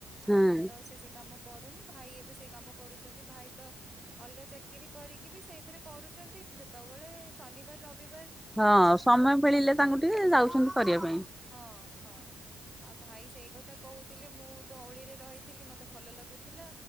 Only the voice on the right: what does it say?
ଆଉ ମୁଁ ତ ସେ ସେ କାମ କରୁନି ଭାଇ ଏବେ ସେଇ କାମ କରୁଛନ୍ତି ଭାଇ ତ ଅଲଗା ଚାକିରି କରିକି ବି ସେଇଥିରେ କରୁଛନ୍ତି ଯେତେବେଳେ ଶନିବାର୍ ରବିବାର୍।
ହଁ ହଁ। ଆଉ ଭାଇ ସେଇ କଥା କହୁଥିଲେ ମୁଁ ଧଉଳିରେ ରହିଥିଲି ମତେ ଭଲ ଲାଗୁଥିଲା